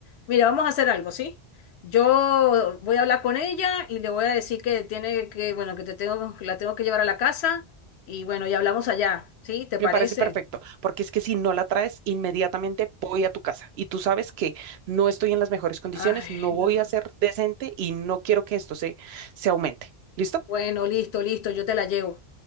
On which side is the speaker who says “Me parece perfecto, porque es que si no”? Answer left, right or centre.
Right